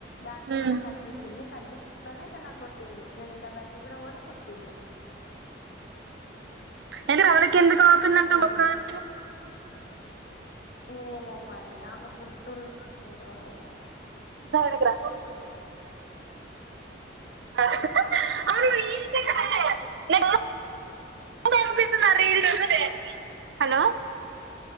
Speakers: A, on the left; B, on the right.
A: దాని
B: హ్మ్
A: ఫల కట్ చేసింది కట్ చేస్తతోనే ఇక నాకు కొట్టింది నేను ఇంకా బయటకి కూడా ఓలే కొట్టింది
B: అ రాళ్ళకి ఎందుకు ఆపిందంట
A: ఉమ్
B: ఒకదనికి
A: ఏమో మరి ఆమె గుర్తుందో లేదో ఏమో
B: దగ్గరికి రా అ <unintelligible> హలో